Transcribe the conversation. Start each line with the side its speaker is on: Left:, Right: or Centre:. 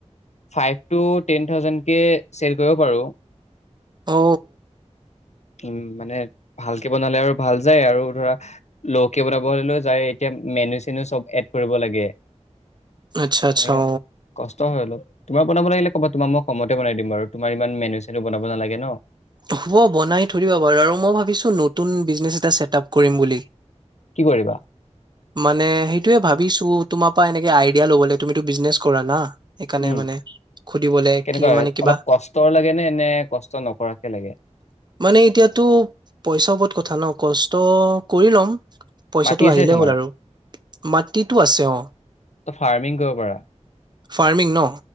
Left: ফাইভ টো টেন ঠাউজেনকে চেল কৰিব পাৰো
Right: অ
Left: উম মানে ভালকে বনালে আৰু ভাল যায় আৰু ধৰা লোকে বানাবলৈও যায় এতিয়া মেনু চেনু চব এড কৰিব লাগে
Right: আচ্ছা আচ্ছা
Left: তেনেকা
Right: অ
Left: কষ্ট হয় অলপ তোমাক বনাব লাগিলে কবা তোমাক মই কমতে বনাই দিম বাৰু তোমাৰ ইমান মেনু চেনু বনাব নালাগে ন
Right: হব বনাই থৈ দিবা বাৰু আৰু মই ভাবিছো নতুন বিজনেছ এটা চেটআপ কৰিম বুলি
Left: কি কৰিবা
Right: মানে সেইটোয়ে ভাবিছো তোমাৰ পৰা এনেকে আইডিয়া লবলে তুমিটো বিজনেচ কৰা না সেইকাৰণে
Left: উম
Right: মানে সুধিবলৈ
Left: কেনেকুৱা
Right: কি
Left: লাগে
Right: মানে কিবা
Left: অলপ কষ্টৰ লাগে নে নে কষ্ট নকৰাকে লাগে
Right: মানে এতিয়াতো পইচা ওপৰত কথা ন কষ্ট কৰি ল'ম পইচাটো
Left: মাটি আছে
Right: আহিলেই
Left: তোমাৰ
Right: হ'ল আৰু মাটিটো আছে অ
Left: ত ফাৰ্মিং কৰিব পাৰা
Right: ফাৰ্মিং ন